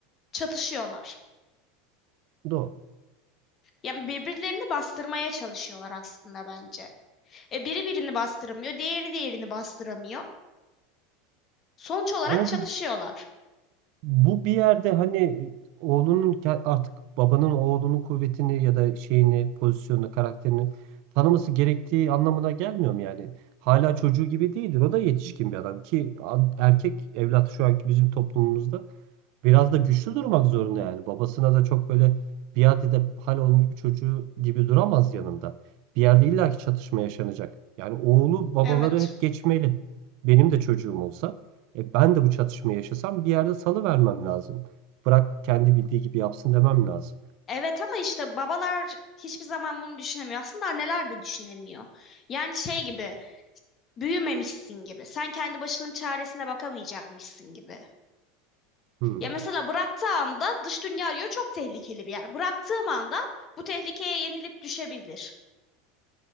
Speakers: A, on the left; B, on the right.
A: çatışıyorlar.
B: Doğru.
A: Yani birbirlerini bastırmaya çalışıyorlar aslında bence. E, biri birini bastıramıyor, diğeri diğerini bastıramıyor. Sonuç olarak
B: Ama
A: çatışıyorlar.
B: bu Bu bir yerde hani oğlunun ke- artık babanın oğlunun kuvvetini ya da şeyini, pozisyonunu, karakterini tanıması gerektiği anlamına gelmiyor mu yani? Hala çocuğu gibi değildir. O da yetişkin bir adam ki a- erkek evlat şu anki bizim toplumumuzda biraz da güçlü durmak zorunda yani. Babasına da çok böyle biat edip hala onun gibi çocuğu gibi duramaz yanında. Bir yerde illaki çatışma yaşanacak. Yani oğlu babaları
A: Evet.
B: hep geçmeli. Benim de çocuğum olsa e, ben de bu çatışmayı yaşasam bir yerde salıvermem lazım. Bırak kendi bildiği gibi yapsın demem lazım.
A: Evet ama işte babalar hiçbir zaman bunu düşünemiyor. Aslında anneler de düşünemiyor. Yani şey gibi büyümemişsin gibi. Sen kendi başının çaresine bakamayacakmışsın gibi.
B: Hmm.
A: Ya mesela bıraktığı anda dış dünya diyor çok tehlikeli bir yer. Bıraktığım anda bu tehlikeye yenilip düşebilir.